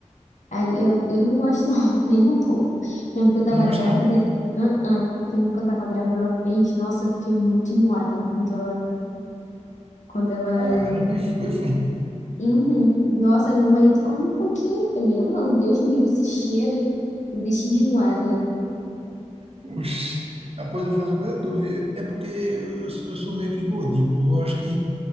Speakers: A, on the left (about 70°); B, on the right (about 50°).
A: Aí eu, eu não gosto, não, <laughs> nem um pouco. Lembro que eu tava
B: Não gosta,
A: grávida.
B: não?
A: Ah, ah. O tempo que eu tava grávida, ela fez. Nossa, eu fiquei muito enjoada quando ela. Quando ela.
B: Caramba, e foi, foi.
A: Uhum. Nossa, meu marido come um pouquinho. Eu Falei, eu não, Deus me livre esse cheiro. Me deixa enjoada.
B: Oxi. Após eu vou fazer uma coisa, tu vê. É porque eu, eu sou meio que gordinho, pô. Eu acho que,